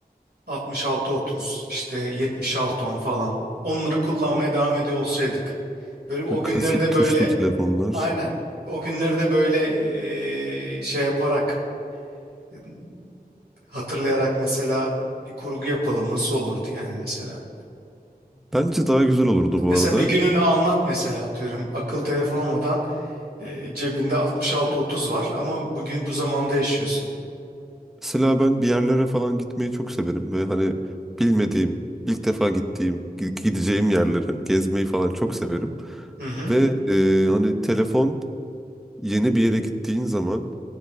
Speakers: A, on the right; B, in the centre.
A: 6630 işte 7610 falan onları kullanmaya devam ediyor olsaydık. Böyle o günleri
B: Klasik
A: de böyle
B: tuşlu telefonlar.
A: aynen o günleri de böyle eee, şey yaparak E, Hatırlayarak mesela bir kurgu yapalım nasıl olurdu yani mesela.
B: Bence daha güzel olurdu bu
A: Mesela
B: arada.
A: bir gününü anlat mesela atıyorum. Akıl telefon olmadan e, cebinde 66-30 var ama bugün bu zamanda yaşıyorsun.
B: Mesela ben bir yerlere falan gitmeyi çok severim ve hani bilmediğim, ilk defa gittiğim, gi- gideceğim yerleri hani gezmeyi falan çok severim.
A: Hı hı.
B: Ve e, hani telefon yeni bir yere gittiğin zaman